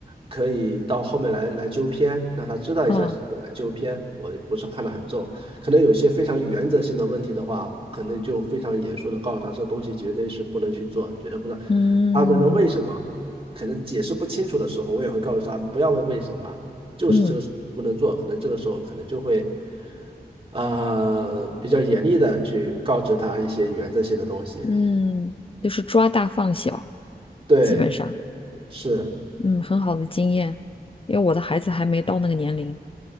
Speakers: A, on the right; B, on the left.
A: 可以到后面来来纠偏，让他知道一下是来纠偏，
B: 啊，
A: 我不是看得很重。可能有一些非常原则性的问题的话，可能就非常严肃的告诉他，这东西绝对是不能去做，绝对不能。
B: 嗯
A: 他问他为什么，可能解释不清楚的时候，我也会告诉他，不要问为什么，就是这个事情不能做。
B: 嗯。
A: 可能这个时候可能就会，呃，比较严厉的去告知他一些原则性的东西。
B: 嗯，就是抓大放小，
A: 对，
B: 基本上，
A: 是，
B: 嗯，很好的经验，因为我的孩子还没到那个年龄